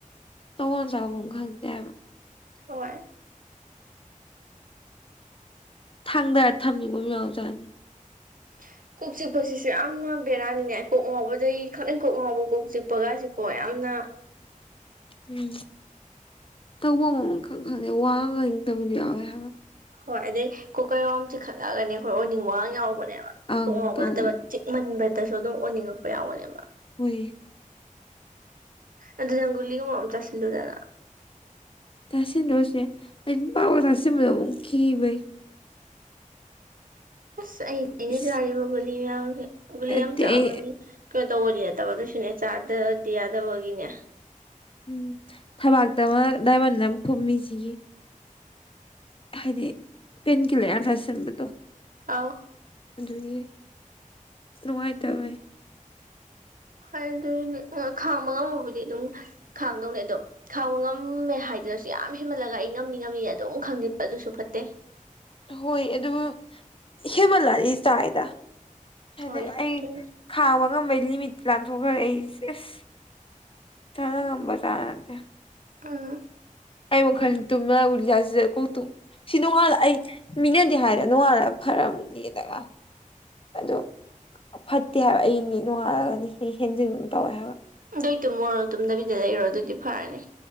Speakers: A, on the left (about 40°); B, on the right (about 80°).
A: ꯇꯉꯣꯟ ꯆꯥꯐꯝ ꯈꯪꯗꯦꯕ
B: ꯍꯣꯏ
A: ꯊꯥꯡꯗꯥ ꯊꯝꯅꯤꯡꯕꯣ ꯃꯤꯃꯥꯡ ꯑꯣꯖꯥꯅꯤ
B: <inaudible> ꯀꯣꯛ ꯆꯤꯛꯄꯁꯤꯁꯨ ꯌꯥꯝꯅ ꯕꯦꯔꯥꯅꯤꯅꯦ ꯀꯣꯛ ꯉꯥꯎꯕꯗꯒꯤꯩ ꯈꯗꯪ ꯀꯣꯛ ꯉꯥꯎꯕ ꯀꯣꯛ ꯆꯤꯛꯄꯒꯥꯏꯁꯤꯀꯣ ꯌꯥꯝꯅ ꯑ
A: ꯎꯝ ꯇꯧꯕ ꯃꯃ ꯈꯛ ꯈꯪꯗꯦ ꯋꯥ ꯏꯪꯗꯕꯗꯨ ꯌꯥꯎꯋꯦ ꯍꯥꯏꯕ
B: ꯍꯣꯏ ꯑꯗꯩ ꯀꯣ ꯀꯩꯔꯣꯝ ꯆꯤꯈꯠꯂꯛꯒꯅꯦ ꯑꯩꯣꯏꯔ ꯑꯣꯏꯅꯤꯡꯕꯥꯡ ꯌꯥꯎꯕ ꯅꯦꯕ
A: ꯑꯪ
B: ꯍꯣꯛ ꯉꯥꯎꯕ
A: ꯇꯧꯕꯅꯦ
B: ꯅꯠꯇꯕ ꯆꯤꯛꯃꯟꯕꯗꯁꯨ ꯑꯗꯨꯝ ꯑꯣꯟꯅꯤꯡꯉꯛꯄ ꯌꯥꯎꯕꯅꯦꯕ
A: ꯍꯨꯏ
B: ꯑꯗꯨ ꯪꯒꯨꯂꯤꯒꯨꯝꯕ ꯑꯃ ꯆꯥꯁꯤꯜꯂꯨꯗꯅ
A: ꯇꯁꯤꯗꯣꯁꯦ ꯑꯩꯝ ꯄꯥꯎ ꯊꯁꯤꯦꯕ ꯑꯃ ꯀꯤ ꯩ
B: ꯑꯁ ꯑꯩꯅ ꯑꯩꯅ
A: ꯏꯁ
B: ꯆꯥꯔꯤꯕ ꯒꯨꯂꯤ ꯃꯌꯥꯝ ꯒꯨꯂꯤ
A: ꯅꯠꯇꯦ
B: ꯌꯥꯝ ꯆꯥꯕꯒꯤ
A: ꯑꯩ
B: ꯀꯩꯅꯣ ꯇꯧꯕꯅꯦ ꯐꯠꯇꯕꯗꯨꯁꯨꯅꯦ ꯆꯥꯗꯗꯤ ꯌꯥꯗꯕꯒꯤꯅꯦ
A: ꯎꯝ ꯊꯕꯥꯛꯇ ꯑꯃ ꯗꯥꯏꯃꯟꯗ ꯑꯃ ꯐꯨꯝꯃꯤꯁꯤꯒꯤ ꯍꯥꯏꯗꯤ ꯄꯦꯟ ꯀꯂꯔ ꯌꯥꯝ ꯆꯥꯏꯁꯟꯕꯗꯣ
B: ꯑꯥꯎ
A: ꯑꯗꯨꯗꯒꯤ ꯅꯨꯡꯉꯥꯏꯇꯕꯦ
B: ꯍꯣꯏ ꯑꯗꯨꯅꯦ ꯈꯥꯡꯕ ꯉꯝꯃꯕꯨꯗꯤ ꯑꯗꯨꯝ ꯈꯥꯡꯗꯧꯅꯦ ꯑꯗꯣ ꯈꯥꯡꯕ ꯉꯝꯃꯦ ꯍꯥꯏꯗꯤ ꯁꯤꯗꯁꯨ ꯌꯥꯝ ꯍꯦꯟꯃꯜꯂꯒ ꯑꯩ ꯉꯝꯅꯤ ꯉꯝꯅꯤ ꯑꯗꯨꯝ ꯈꯪꯗꯦ ꯑꯗꯨꯁꯨ ꯐꯠꯇꯦ
A: ꯍꯣꯏ ꯑꯗꯨ ꯍꯦꯃꯜꯂꯂꯤ ꯆꯥꯏꯗ ꯍꯥꯏꯗꯤ
B: ꯍꯣꯏ ꯑꯗꯨꯅꯤ
A: ꯑꯩ ꯈꯥꯕꯒꯝꯕꯩ ꯂꯤꯃꯤ ꯂꯥꯟꯊꯣꯛꯈ꯭ꯔꯦ ꯑꯩꯁꯦ ꯑꯁ ꯆꯥꯅ ꯉꯝꯕ ꯆꯥꯅꯗꯦ
B: ꯑꯥ
A: ꯑꯩ ꯃꯈ ꯃꯈꯜ ꯇꯨꯝꯂꯒ ꯎꯒꯖꯥꯁꯤꯗ ꯀ ꯇꯨꯝ ꯁꯤ ꯅꯣꯡꯉꯥꯜꯂ ꯑꯩ ꯃꯤꯅꯗꯤ ꯍꯥꯏꯔ ꯅꯣꯡꯉꯥꯜꯂ ꯈꯔꯗꯒ ꯑꯗꯨ ꯐꯠꯇꯦ ꯍꯥꯏꯕ ꯑꯩꯅꯤ ꯅꯨꯡꯉꯥꯜꯂꯒꯅꯤ ꯍꯦꯟꯖꯤꯟ ꯇꯧꯋꯦ ꯍꯥꯏꯕ
B: ꯑꯗꯨꯏ ꯇꯨꯝꯃꯣꯔꯣ ꯇꯨꯝꯗꯕꯤꯗ ꯂꯩꯔꯣ ꯑꯗꯨꯗꯤ ꯐꯔꯅꯤ